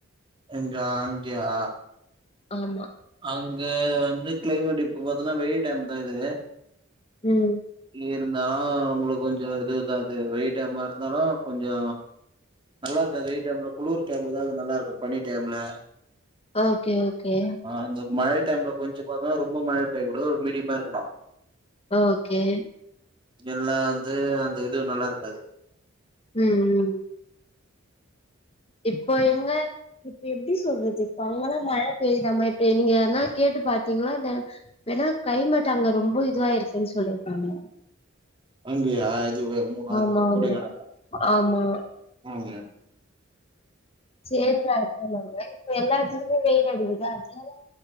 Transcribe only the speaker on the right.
எங்க அங்கயா
அங்க வந்து கிளைமேட் இப்ப பாத்தீன்னா வெயில் டைம் தா இது
இருந்தா நம்மளுக்கு கொஞ்சோ இது அதாவது வெயில் டைம் மா இருந்தாலு கொஞ்சோ நல்லா இருக்காது வெயில் டைம்ல குளிர் டைம்லதா நல்லா இருக்கு பனி டைம்ல
அந்த மாரி மழை டைம்ல கொஞ்ச பாத்தங்கன்னா ரொம்ப மழை பெய்யக்கூடாது ஒரு மீடியமா இருக்கணு
எல்லா வந்து அந்த இது நல்லா இருக்காது
அங்கேயா அது மூனாறு
கொடைக்கனல்ல
ம் ங்க